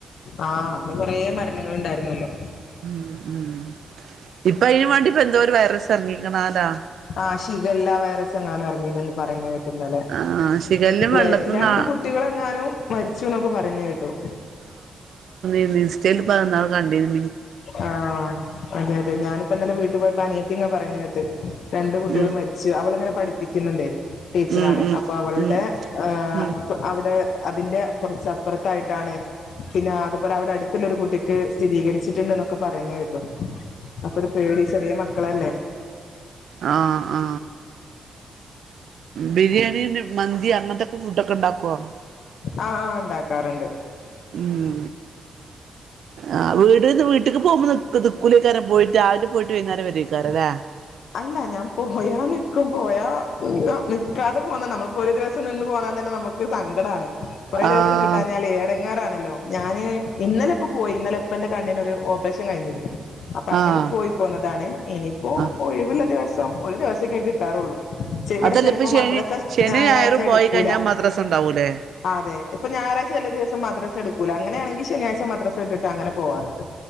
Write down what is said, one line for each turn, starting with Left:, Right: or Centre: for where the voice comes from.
Left: ആ അന്നും കൊറെ മരണങ്ങളുണ്ടായിരുന്നല്ലോ
Right: മ്മ് മ്മ് ഇപ്പ ഈ വണ്ടിപ്പ് എന്തോരു വൈറസ് എറങ്ങീക്കണാലോ
Left: ആ ഷിഗല്ല വയറസ് എങ്ങാനും എറങ്ങീണ് പറയണ കേട്ട് ഇന്നലെ
Right: ആഹ് ശിഖല്ലും
Left: ലേ
Right: വെള്ളത്തിന്നാ
Left: രണ്ടു കുട്ടികളെങ്ങാനും മരിച്ചുന്നൊക്കെ പറയുന്ന കേട്ടു
Right: ഇത് ഇൻസ്റ്റേല് പറയുന്നൊക്കെ കണ്ടീന്
Left: ആ അതെ അതെ ഞാനിപ്പിന്നലെ വീട്ടി പോയി അപ്പനിയത്തിങ്ങനെ പറയുന്ന കേട്ട് രണ്ട് കുട്ടികള്
Right: ഉം
Left: മരിച്ച് അവളിങ്ങനെ പഠിപ്പിക്കുന്നണ്ടേ. ടീച്ചറാണ്
Right: ഉം ഉം
Left: അപ്പൊ അവളുടെ
Right: ഉം
Left: ആ
Right: ഉം
Left: ഇപ്പ അവടെ അതിന്റെ കൊറച്ചപ്പുറത്തായിട്ടാണ്. പിന്നെ അതുപോലെ അവിടെടുത്തുള്ളൊരു കുട്ടിക്ക് സ്ഥിരീകരിച്ചിട്ടുണ്ടെന്ന ഒക്കെ പറയുന്നെ കേട്ടു. അപ്പൊരു പേടി. ചെറിയ മക്കളല്ലേ.
Right: ആ ആ ബിരിയാണി <unintelligible> മന്തി അങ്ങനത്തെ ഫുഡോക്കെ ഇണ്ടാക്കുവോ.
Left: ആ ആ ഇണ്ടാക്കാറുണ്ട്.
Right: മ്മ് ആ വീട്ന്ന് വീട്ട്ക്ക് <unintelligible> കുലിക്കരൻ പോയിട്ടാ രാവിലെ പോയിട്ട് വൈന്നേരം വരയ്ക്കാരം ലേ. അ
Left: അല്ല ഞാൻ പോയാ നിക്കും പോയാ നിക്കാതെ പോന്നാ നമ്മളിപ്പോ ഒരു ദിവസം നി ഇന്ന് പോന്നാത്തന്നെ നമുക്ക് സങ്കടാണ് കൊറേ
Right: ആഹ്
Left: ദിവസം കിട്ടാഞ്ഞാലെ ഏടങ്ങാറാണല്ലോ ഞാന് ഇന്നലെയിപ്പ പോയി ഇന്നലെപ്പന്റെ കണ്ണിനൊരു ഓപ്പറേഷൻ കയിഞ്ഞിരുന്നു. അപ്പ അങ്ങനെ
Right: ആഹ്
Left: പോയി പോന്നതാണ് ഇനിയിപ്പോ
Right: ആഹ്
Left: കഴിവ്ള്ള ദിവസം ഒരു ദിവസൊക്കെ കിട്ടാറൊള്ളൂ ചിവിടെ
Right: അതല്ല
Left: ചെലപ്പോ
Right: ഇപ്പൊ ശനി
Left: മദ്രസ
Right: ശനി
Left: ഞായറാഴ്ച
Right: ഞായറും
Left: എടുക്കൂല
Right: പോയി കഴിഞ്ഞാൽ മദ്രസ ഉണ്ടാവൂലേ
Left: അതെ ഇപ്പ ഞായറാഴ്ച ചെലദിവസം മദ്രസ്- ച്ചഎടുക്കൂല അങ്ങനെയാണെങ്കി ശനിയാഴ്ച മദ്രസെ വിട്ടിട്ട് അങ്ങനെ പോവാറ്ണ്ട്.